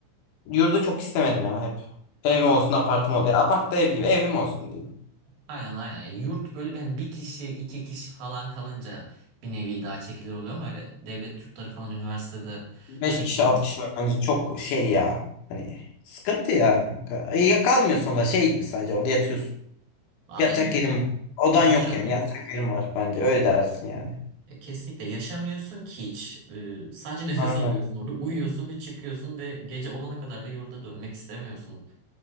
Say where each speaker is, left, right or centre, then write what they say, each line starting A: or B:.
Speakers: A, on the left (about 80°); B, on the right (about 60°).
A: Yurdu çok istemedim ya hep. Evim olsun, apartım olsun. Ya apart da ev gibi. Evim olsun diyeyim.
B: aynen aynen. Yani yurt böyle ben bir kişi iki kişi falan kalınca bir nevi daha çekilir oluyor ama öyle devlet yurtları falan üniversitede
A: 5
B: çekilmiyor.
A: kişi, 6 kişi bence çok şey ya. Hani sıkıntı ya kanka. E, Ya kalmıyorsun da şey gibi sadece orada yatıyorsun.
B: Aynen.
A: Yatacak yerin var. Odan
B: Yaşamıyorsun.
A: yok yani. Yatacak yerin var bence. Öyle dersin yani.
B: E, Kesinlikle yaşamıyorsun ki hiç. E, sadece <laughs> nefes
A: Aynen.
B: alıyorsun orada uyuyorsun ve çıkıyorsun ve gece olana kadar da yurda dönmek istemiyorsun.